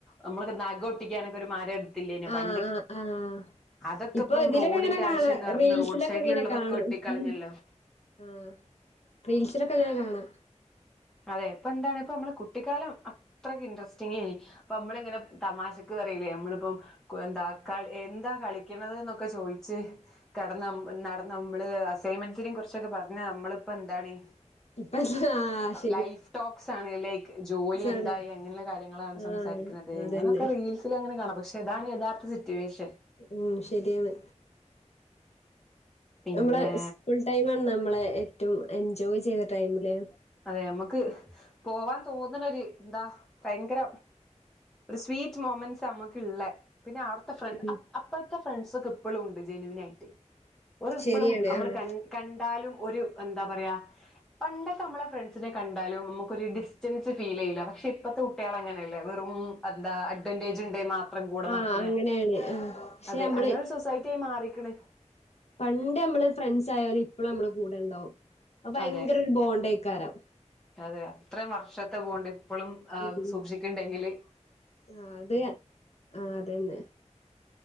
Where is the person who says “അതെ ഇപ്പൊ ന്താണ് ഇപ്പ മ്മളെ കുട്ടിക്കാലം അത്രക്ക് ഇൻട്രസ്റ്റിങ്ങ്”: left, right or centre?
Centre